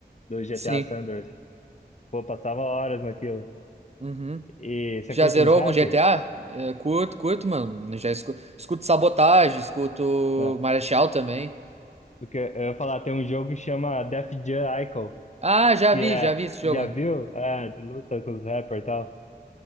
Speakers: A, on the left; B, on the right.
A: do GTA
B: Sim.
A: Sanders. Pô, passava horas naquilo.
B: Uhum.
A: E você
B: Já
A: curte
B: zerou
A: uns rap?
B: algum GTA? É, curto, curto, mano. Eu Já escuto, escuto Sabotagem, escuto
A: Né?
B: Marechal também.
A: Porque eu ia falar, tem um jogo que chama Def Jam Icon.
B: Ah, já
A: que
B: vi,
A: é.
B: já vi esse jogo.
A: Já viu? É, de luta com os rappers e tal.